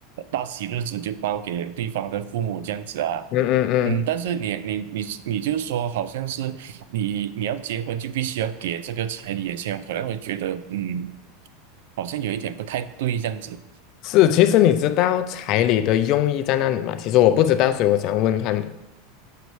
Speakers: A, on the right; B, on the left.
A: 大喜日子就包给对方的父母这样子啊，
B: 嗯嗯嗯，
A: 嗯，但是你你你你就是说，好像是你你要结婚就必须要给这个彩礼的钱，可能会觉得嗯，好像有一点不太对这样子。
B: 是，其实你知道彩礼的用意在哪里吗？其实我不知道，所以我想问看你。